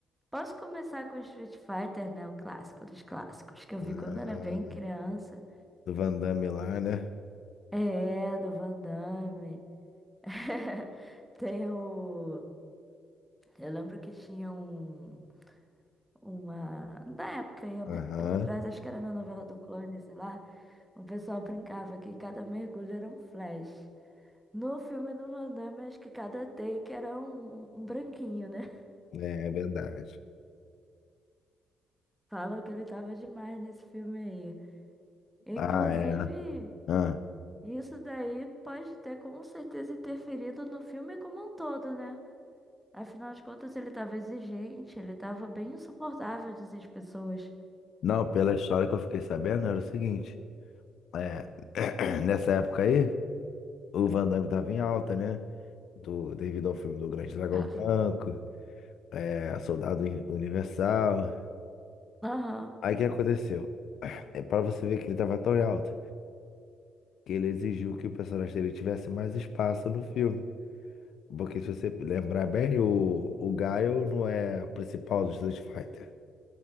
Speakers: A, in the centre; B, on the left (about 70°).
A: Posso começar com Street Fighter, né? O clássico dos clássicos, que eu
B: Ah,
A: vi quando era bem criança.
B: do Van Damme lá, né?
A: É, do Van Damme. <laughs> Tem o... Eu lembro que tinha um... uma. Na época, aí há
B: Aham,
A: muito tempo atrás, acho que era na novela do Clone, sei lá, o pessoal brincava que cada mergulho era um flash. No filme do Van Damme, acho que cada take era um, um um branquinho, né?
B: é, é verdade.
A: <laughs> Falam que ele tava demais nesse filme aí. Inclusive,
B: Ah, é. Ah.
A: isso daí pode ter com certeza interferido no filme como um todo, né? Afinal de contas, ele tava exigente, ele tava bem insuportável, dizem as pessoas.
B: Não, pela história que eu fiquei sabendo era o seguinte, é, <clears throat> nessa época aí, o Van Damme tava em alta, né? Do, devido ao filme do Grande Dragão
A: Tava.
B: Branco, é, Soldado Universal.
A: Aham,
B: Aí o que aconteceu? É para você ver que ele tava tão em alta, que ele exigiu que o personagem dele tivesse mais espaço no filme. Porque se você lembrar bem, o, o Gaio não é o principal do Street Fighter.